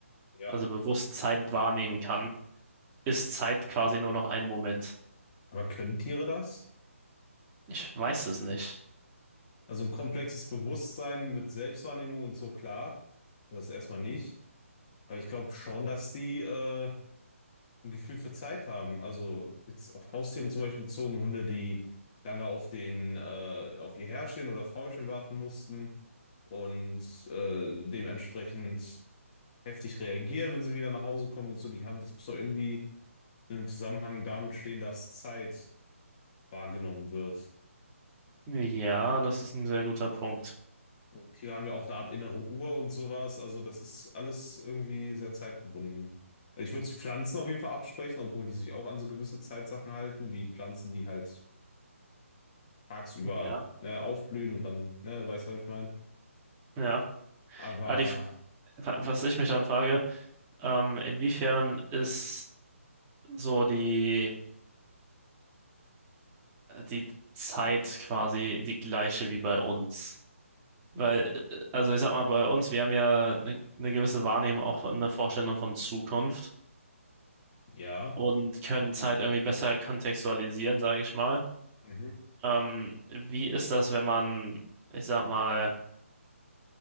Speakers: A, on the left; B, on the right.
A: Ja.
B: also bewusst Zeit wahrnehmen kann. ist Zeit quasi nur noch ein Moment?
A: Aber können Tiere das?
B: Ich weiß es nicht.
A: Also ein komplexes Bewusstsein mit Selbstwahrnehmung und so, klar, das erstmal nicht. Aber ich glaube schon, dass die äh, ein Gefühl für Zeit haben. Also jetzt auf Haustiere zum Beispiel bezogen, Hunde, die lange auf den, äh, auf ihr Herrchen oder Frauchen warten mussten und äh, dementsprechend heftig reagieren, wenn sie wieder nach Hause kommen und so, die haben, das muss doch irgendwie in einem Zusammenhang damit stehen, dass Zeit wahrgenommen wird.
B: Ja, das ist ein sehr guter Punkt.
A: Tiere haben ja auch eine Art innere Uhr und sowas. Also das ist alles irgendwie sehr zeitgebunden. Also Ich würde Pflanzen auf jeden Fall absprechen, obwohl die sich auch an so gewisse Zeitsachen halten, wie Pflanzen, die halt tagsüber
B: Ja,
A: ne, aufblühen und dann, ne, weißt du, was ich meine?
B: ja.
A: Aber
B: Ah, die, F- wa- was
A: hm,
B: ich mich dann frage, ähm, inwiefern ist so die, die Zeit quasi die gleiche wie bei uns? Weil, äh, also ich sag mal, bei uns, wir haben ja eine, eine gewisse Wahrnehmung, auch eine Vorstellung von Zukunft
A: ja,
B: und können Zeit irgendwie besser kontextualisieren, sage ich mal.
A: Mhm.
B: Ähm, wie ist das, wenn man, ich sag mal,